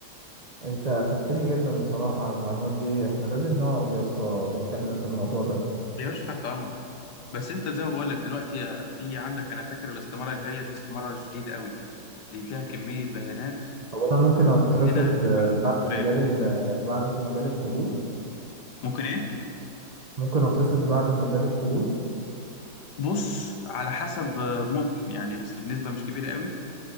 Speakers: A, on the right; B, on the left.
A: أنت أفدتني جدا بصراحة على المعلومات دي إحنا لازم نقعد يا اسطى نتكلم في الموضوع ده
B: يا باشا تحت امرك بس انت زي ما بقول لك دلوقتي في عندك انا فاكر الاستماره الجايه دي استماره جديده قوي دي فيها كميه بيانات
A: هو أنا ممكن أترفض
B: من هنا اللي
A: آه،
B: بعد
A: بعد
B: شهرين
A: ما جالي ال- آه، بعد ما جالي القبول
B: ممكن ايه
A: ممكن أترفض بعد ما جالي القبول
B: بص على حسب آه، ممكن يعني بس بنسبه مش كبيره قوي